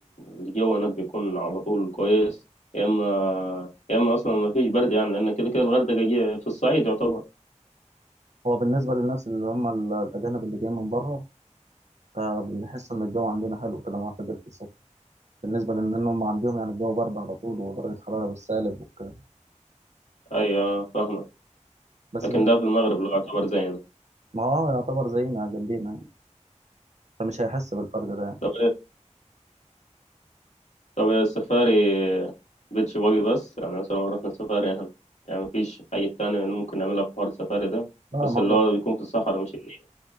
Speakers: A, on the left; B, on the right.
A: الجو هناك بيكون على طول كويس يا إما يا إما أصلا ما فيش برد يعني لأن كده كده الغردقة جي في الصعيد يعتبر
B: هو بالنسبة للناس اللي هم ال- الأجانب اللي جايين من بره فبنحس ان الجو عندنا حلو كده معتدل في الصيف بالنسبه لان هم عندهم يعني الجو برد على طول ودرجه الحراره بالسالب وكده
A: أيوة فاهمك
B: بس
A: لكن
B: بالنسبه
A: ده في المغرب اللي هو يعتبر زينا
B: ما هو آه، يعتبر زينا جنبينا يعني. فمش هيحس بالفرق ده يعني
A: طب طب السفاري مبقتش باجي بس يعني مثلا لو رحنا سفاري هن- يعني مفيش حاجة تانية إنه ممكن نعملها في حوار السفاري ده
B: لا
A: بس
B: يا معلم
A: اللي هو بيكون في الصحراء مش النيل